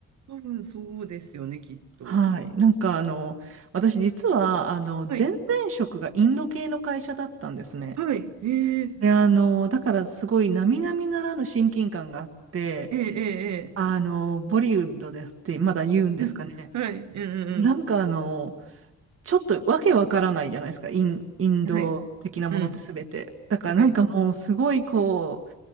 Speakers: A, on the right (about 65°); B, on the right (about 50°).
A: 多分そうですよね、きっと。
B: はい。なんかあの、私実はあの、
A: はい、
B: 前々職がインド系の会社だったんですね。
A: はい、えー、
B: で、あの、だからすごい並々ならぬ親近感があって、
A: えー、え
B: あの、ボリウッドですってまだ言うんですかね。
A: ー、えー、<laughs> はい、うんう
B: なんかあの、ちょっとわけわからないじゃないですか。イン、インド的なものってすべて。
A: んうん。はい、うん。
B: だからなんかもうすごいこう、
A: はい。